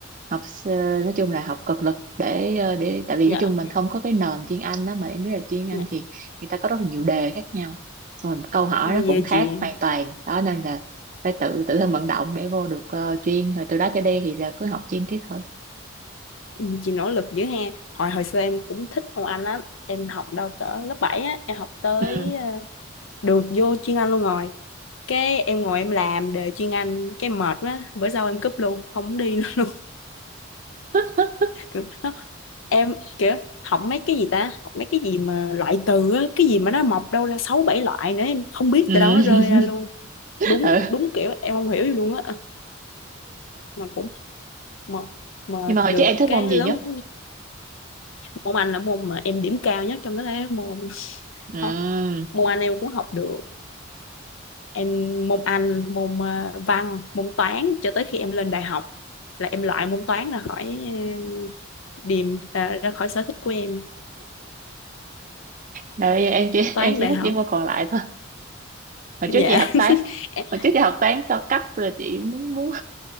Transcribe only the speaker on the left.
dạ
dạ
thôi
về
chị
Ừ, chị nỗ lực dữ ha hồi hồi xưa em cũng thích môn Anh lắm em học đâu cỡ lớp 7 á em học tới
ờ, được vô chuyên Anh luôn rồi cái em ngồi em làm đề chuyên Anh cái mệt quá bữa sau em cúp luôn không đi nữa luôn
<laughs> Kiểu nó- em kiểu học mấy cái gì ta học mấy cái gì mà loại từ á cái gì mà nó mọc đâu ra sáu bảy loại nữa em không biết
từ đâu nó rơi ra luôn
đúng
đúng kiểu em không hiểu gì luôn á mà cũng mà, mà
được
cái
lớn
môn Anh là môn mà em điểm cao nhất trong tất cả các môn <laughs>
Ho- môn Anh em cũng học được em môn Anh môn ờ, văn môn toán cho tới khi em lên đại học là em loại môn toán ra khỏi ờ, điểm à, ra khỏi sở thích của em
toán
đại
học
dạ
<laughs> em